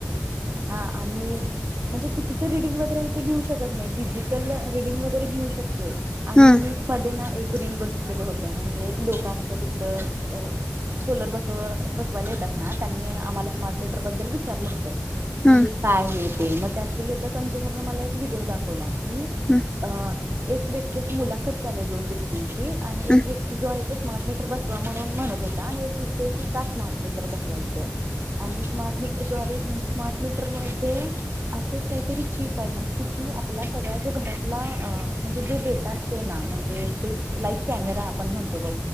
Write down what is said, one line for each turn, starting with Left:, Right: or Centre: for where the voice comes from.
Right: हा आणि म्हणजे चुकीचं रिडिंग वगैरे घेऊ शकत नाही डिजिटल रिडिंग वगैरे घेऊ शकतोय. आणि
Left: हम्म
Right: मी एखादी ना एक रील बघितलेल होतं म्हणजे लोकांच्या तिकडं सोलर बस बसवाला येतात ना त्यांनी आम्हाला स्मार्ट मीटर बद्दल विचारलं होतं. कि
Left: हम्म
Right: काय हे ते मग त्यातील एका कंज्युमरने मला एक व्हिडिओ दाखवला की
Left: हम्म
Right: अ एक व्यक्ती मुलाखत चालू आहे दोन व्यक्तींची आणि
Left: हम्म
Right: एक व्यक्ती जो आहे. तो स्मार्ट मीटर बसवा म्हणून म्हणत होता आणि एक व्यक्ती की का स्मार्ट मीटर बसवायचं. आणि स्मार्ट मीटर दुवारे म्हणजे स्मार्ट मीटर मध्ये असे काहीतरी चीप आहे म्हण कि की आपला सगळा जो घरातला म्हणजे जो डेटा असतो. ना म्हणजे ते लाईट कॅमेरा आपण म्हणतो बघ.